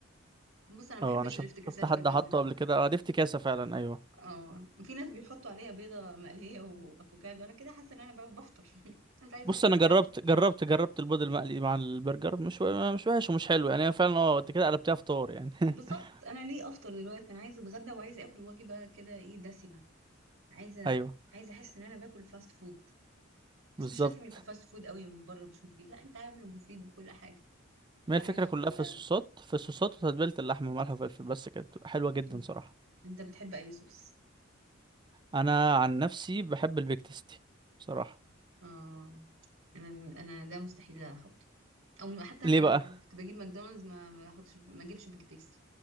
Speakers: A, on the right; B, on the right.
A: بص أنا ما
B: اه
A: بحبش
B: انا شفت
A: الافتكاسات
B: شفت حد
A: في البرجر
B: حطه
A: عامة
B: قبل كده اه دي افتكاسه فعلا ايوه
A: اه في ناس بيحطوا عليها بيضة مقلية وأفوكادو أنا كده حاسة إن أنا بقى بفطر <laughs> أنا مش عايزة
B: بص
A: أفطر
B: انا جربت
A: أنا عايزة
B: جربت جربت البيض المقلي مع البرجر مش و- مش وحش ومش حلو يعني هي فعلا اه انت كده قلبتيها فطار يعني <laughs>
A: بالظبط أنا ليه أفطر دلوقتي أنا عايزة أتغدى وعايزة آكل وجبة كده إيه دسمة عايزة
B: ايوه
A: عايزة أحس إن أنا باكل فاست فود بس
B: بالظبط
A: مش لازم يبقى فاست فود قوي من بره مش مفيد لا انت عامله مفيد بكل حاجه
B: ما
A: بحاجه
B: هي الفكره كلها
A: وكل
B: في الصوصات في الصوصات وتتبيله اللحمه وملح وفلفل بس كده بتبقى حلوه جدا
A: انت
B: صراحه
A: انت بتحب اي صوص
B: انا عن نفسي بحب البيك تيستي بصراحه
A: اه انا انا ده مستحيل احطه او حتى
B: ليه
A: في ال-
B: بقى
A: لما كنت بجيب ماكدونالدز ما ما احطش ما اجيبش بيج تيستي